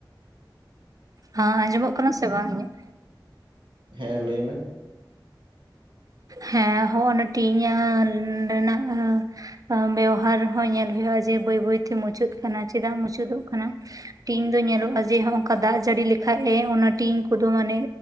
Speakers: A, on the right; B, on the right.
A: ᱦᱟᱸ ᱟᱸᱡᱚᱢᱚᱜ ᱠᱟᱱᱟ ᱥᱮ ᱵᱟᱝ ᱤᱧᱟᱹᱜ?
B: ᱦᱮᱸ ᱞᱟᱹᱭ ᱢᱮ᱾
A: ᱦᱮᱸ ᱦᱚᱸᱜᱼᱚ ᱱᱟ ᱴᱤᱧ ᱟ ᱨᱮᱱᱟᱜ ᱚ ᱟ ᱵᱮᱣᱦᱟᱨ ᱦᱚᱸ ᱧᱮᱞ ᱦᱳᱭᱳᱜ-ᱟ ᱡᱮ ᱵᱟᱹᱭ ᱵᱟᱹᱭᱛᱮ ᱢᱩᱪᱟᱹᱫ ᱠᱟᱱᱟ ᱪᱮᱫᱟᱜ ᱢᱩᱪᱟᱹᱫᱚᱜ ᱠᱟᱱᱟ? ᱴᱤᱧ ᱫᱚ ᱧᱮᱞᱚᱜ-ᱟ ᱡᱮ ᱦᱚᱸᱜ-ᱚᱝᱠᱟ ᱫᱟᱜ ᱡᱟᱹᱲᱤ ᱞᱮᱠᱷᱟᱡ ᱮ ᱚᱱᱟ ᱴᱤᱧ ᱠᱚᱫᱚ ᱢᱟᱱᱮ